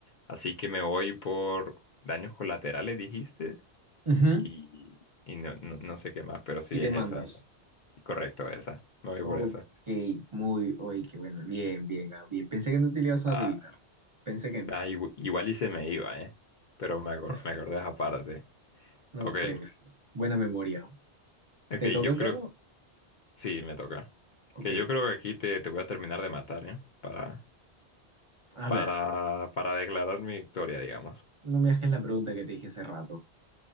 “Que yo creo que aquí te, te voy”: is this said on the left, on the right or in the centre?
Left